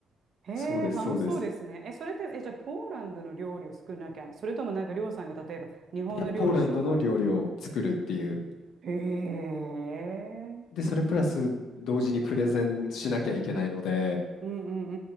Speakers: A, on the right (about 50°); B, on the left (about 80°).
A: へえ、
B: そうです、
A: 楽しそうですね。
B: そうです。
A: え、それって、え、じゃあポーランドの料理を作んなきゃ、それともなんかりょうさんが例えば日本の料理紹介。
B: いや、ポーランドの料理を作るっていう。
A: へえ。
B: で、それプラス同時にプレゼンしなきゃいけないので、
A: うんう